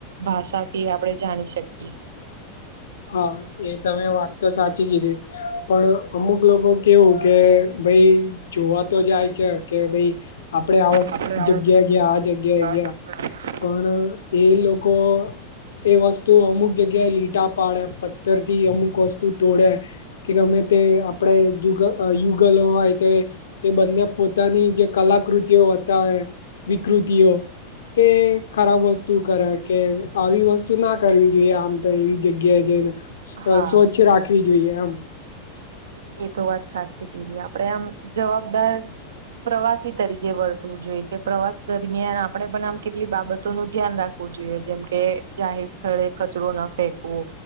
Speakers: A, on the right; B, on the left.
A: ભાષાથી આપણે જાણી શકીએ.
B: હા એ તમે વાત તો સાચી કીધી. પણ અમુક લોકો કેવું કે ભાઈ જોવા તો જાય છે કે ભાઈ. આપડે આવા
A: આપડે આ
B: જગ્યા ગયા આ જગ્યા ગયા.
A: કે આ જગ્યા
B: પણ એ લોકો એ વસ્તુ અમુક જગ્યાએ લીટા. પાડે પથ્થર થી અમુક વસ્તુ તોડે. કે ગમે તે આપણેુગ યુગલો હોય તો. એ બંને પોતાની જે કલાકૃતિઓ હતા વિકૃતિઓ. તે ખરાબ વસ્તુ કરે કે આવી વસ્તુ ના કરવી જોઈએ આમ તો એવી. જગ્યાએ જઈને
A: હા
B: સ્વચ્છ રાખવી જોઈએ આમ.
A: એ તો વાત સાચી કેધ આપણેે આમ જવાબદાર. પ્રવાસી તરીકે વર્તવું જોઈએ કે પ્રવાસ દરમિયાન આપણે પણ આમ કેટલી બાબતો નું ધ્યાન રાખ. જોઈએ જેમકે જાહેર સ્થળે કચરો ના ફેકવો.